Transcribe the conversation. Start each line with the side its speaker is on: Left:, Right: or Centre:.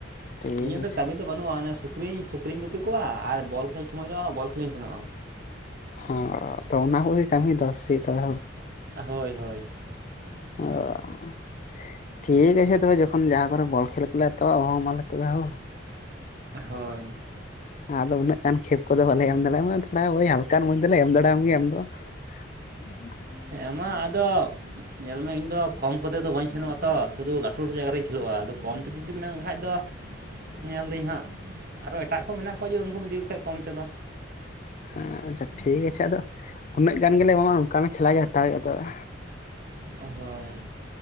Left: ᱴᱷᱤᱠ
Right: ᱤᱧᱟᱹᱜ ᱫᱚ
Left: ᱟᱪᱷᱮ
Right: ᱠᱟᱹᱵᱤᱱ ᱫᱚ ᱵᱟᱹᱱᱩᱜᱼᱟ ᱥᱩᱠᱨᱤᱧ ᱥᱩᱠᱨᱤᱧ ᱜᱩᱯᱤ ᱠᱚᱣᱟ ᱟᱨ ᱵᱚᱞ ᱠᱷᱮᱞ ᱥᱚᱢᱚᱭ ᱫᱚ ᱵᱚᱞ ᱠᱷᱮᱞ ᱤᱧ ᱥᱮᱱᱚᱜᱼᱟ
Left: ᱦ ᱛᱚ ᱚᱱᱟ ᱠᱚᱜᱮ ᱠᱟᱹᱢᱤ ᱫᱚ ᱥᱮ ᱛᱚᱵᱮ ᱦᱳ
Right: ᱦᱳᱭ ᱦᱳᱭ
Left: ᱟᱨ <inaudible> ᱴᱷᱤᱠ ᱟᱪᱷᱮ ᱛᱚᱵᱮ ᱡᱚᱠᱷᱚᱱ ᱡᱟᱦᱟᱸ ᱠᱚᱨᱮ ᱵᱚᱞ ᱠᱷᱮᱞ <unintelligible> ᱛ ᱞᱮ ᱛᱚᱦ ᱢᱟᱞᱮ ᱛᱚᱵᱮ ᱦᱳ
Right: ᱦᱳᱭ
Left: ᱟᱫᱚ ᱩᱱᱟᱹᱜ ᱜᱟᱱ ᱠᱷᱮᱛ ᱠᱚᱫᱚ ᱵᱟᱞᱮ ᱮᱢ ᱫᱟᱲᱮᱭᱟᱢᱟ ᱛᱷᱚᱲᱟ ᱳᱭ ᱦᱟᱞᱠᱟ ᱢᱚᱡᱽ ᱫᱚᱞᱮ ᱮᱢ ᱫᱟᱲᱮᱭᱟᱢ ᱜᱮᱭᱟ ᱟᱢ ᱫᱚ <inaudible>
Right: ᱦᱮᱸ ᱢᱟ ᱟᱫᱚ ᱧᱮᱞᱢᱮ ᱤᱧ ᱫᱚ ᱠᱚᱢ ᱠᱚᱛᱮ ᱫᱚ ᱵᱟᱹᱧ ᱥᱮᱱᱚᱜᱼᱟ ᱛᱚ ᱥᱩᱫᱩ ᱞᱟᱹᱴᱩ ᱞᱟᱹᱴᱩ ᱡᱟᱭᱜᱟ ᱨᱮᱧ ᱠᱷᱮᱞᱳᱜᱼᱟ ᱟᱫᱚ ᱠᱚᱢ ᱛᱚ ᱡᱩᱫᱤᱢ ᱢᱮᱱ ᱠᱷᱟᱱ ᱫᱚ ᱧᱮᱞᱫᱟᱹᱧ ᱦᱟᱸᱜ ᱟᱨᱚ ᱮᱴᱟᱜ ᱠᱚ ᱢᱮᱱᱟᱜ ᱠᱚᱣᱟ ᱡᱮ ᱩᱱᱠᱩᱢ ᱤᱫᱤᱠᱚ ᱠᱷᱟᱡ ᱠᱚᱢ ᱛᱮᱫᱚ
Left: ᱦᱮᱸ ᱟᱪᱪᱷᱟ ᱴᱷᱤᱠ ᱟᱪᱷᱮ ᱟᱫᱚ ᱩᱱᱟᱹᱜ ᱜᱟᱱ ᱜᱮᱞᱮ ᱮᱢᱟᱢᱟ ᱚᱱᱠᱟ ᱢᱮ ᱠᱷᱮᱞᱟ ᱜᱮ ᱦᱟᱛᱟᱣ ᱦᱩᱭᱩᱜᱼᱟ ᱛᱚᱵᱮ
Right: ᱦᱳᱭ